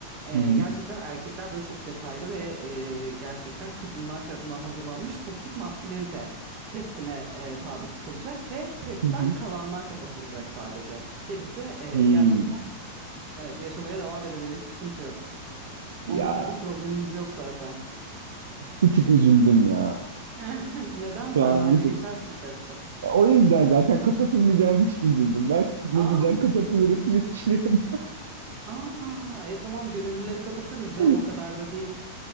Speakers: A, on the right; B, on the right.
A: Ee,
B: Hı hı.
A: gerçekten erkekler böyle çok detaylı ve e, gerçekten kadınlar tarafından hazırlanmış toksik maskülenite testine e, tabi tutulacak ve testten
B: Hı hı.
A: kalanlar kapatılacak sadece. Gerisi e,
B: Hmm.
A: gerçekten evet yaşamaya devam edebilir hiç sıkıntı yok.
B: Ya
A: Onlarla bir problemimiz yok zaten.
B: bir tık üzüldüm ya.
A: <laughs> Neden sen
B: Şu an
A: bence
B: bir tık.
A: geçersin testi?
B: O yüzden zaten kapatılmayacağım için üzüldüm. Ben <laughs> ne
A: Aa,
B: güzel kapatılırım diye düşünüyorum.
A: aa, e, tamam gönüllüleri kapatırız canım
B: <laughs>
A: o kadar da değil.